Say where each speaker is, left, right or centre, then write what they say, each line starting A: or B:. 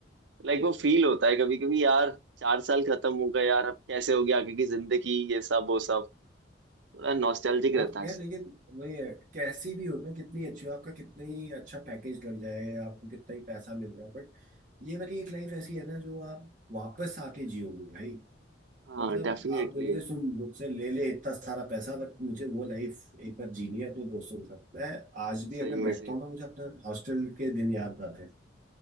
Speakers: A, on the right; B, on the right.
A: लाइक वो फील होता है कभी कभी यार चार साल खत्म हो गए यार अब कैसे हो गया आगे की जिंदगी ये सब वो सब थोड़ा नॉस्टैल्जिक
B: बहुत
A: रहता है
B: यार
A: ऐसे।
B: लेकिन वही है कैसी भी हो ना कितनी अच्छी हो आपका कितनी ही अच्छा पैकेज लग जाए आपको कितना ही पैसा मिल रहा है बट ये वाली एक लाइफ ऐसी है ना जो आप वापस आके जियोगे भाई
A: हाँ
B: मतलब
A: डेफिनेटली
B: आप बोलोगे सुन मुझसे ले ले इतना सारा पैसा बट मुझे वो लाइफ एक बार जीनी है अपने दोस्तों के साथ मैं आज भी
A: सही
B: अगर
A: में
B: बैठता
A: सही
B: हूँ ना मुझे अपने हॉस्टल के दिन याद आते हैं